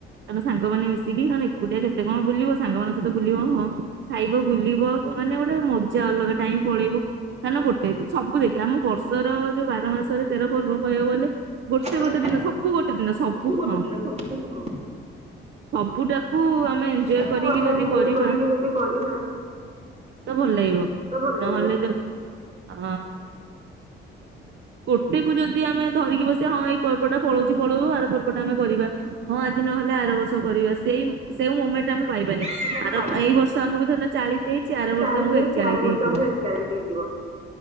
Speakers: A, on the right (about 65°); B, on the right (about 30°).
A: କାରଣ ସାଙ୍ଗମାନୋନ ମିଶିକି କାର ଏକୁଟିଆ କେତେ କଣ ବୁଲିବ ସାଙ୍ଗ ମଙ୍କ ସହିତ ବୁଲିବ ହଁ। ଖାଇବ ବୁଲିବ ମାନେ ଗୋଟେ। ମଜା ଅଲଗା ଟାଇ ପଳେଇ କାଁକ ନା ଗୋଟେ। ସବୁ ଦେଖେ ଆମ ବର୍ଷର ଯୋଉ ବାର ମାସ ତେର ପର୍ବ କହିବା ଗଲେ ଗୋଟେ
B: ମାନେ
A: ଗୋଟେ ଦିନ ସବୁ ଗୋଟେ ଦିନ ସବୁ
B: ଗୋଟେ
A: ହଁ
B: ଦିନ ସବୁ ହଁ।
A: ସବୁଟାକୁ ଆମେ ଏଞଜୟ
B: କୁ
A: କରିକି
B: ଆମେ
A: ଯଦି
B: ଏଞ୍ଜୟ
A: କରିବା।
B: କରିକି ଯଦି କରିବା
A: ତ ଭଲ ଲାଗିବ
B: ତ ଭଲ ଲାଗିବ
A: ନହେଲେ ତ ଅ ଗୋଟେ କୁ ଯଦି ଆମେ ଧରିକି ବସିବା ହଁ ଏଇ ପର୍ବଟା ପଳଉଚି ପଳଉ ଆର ପର୍ବଟା ଆମେ କରିବା ହଁ ଆଜି ନହେଲେ ଆର ବର୍ଷ କରିବା ସେଇ-ସେଇ ମୁମେଣ୍ଟ ଆମେ ପାଇବାନି
B: ବଟ୍ ଆମେ
A: ଆର ଏଇ ବର୍ଷ ଆମକୁ ଧରିନିଅ ଚାଳିଶ ହେଇଛି ଆର ବର୍ଷ
B: ଳିଶି
A: ଆମକୁ
B: ହେଇ
A: ଏକଚାଳିଶ
B: ଆର ବର୍ଷ
A: ହେଇଯିବ।
B: ଆମକୁ ଏକଚାଳିଶି ହେଇଯିବ।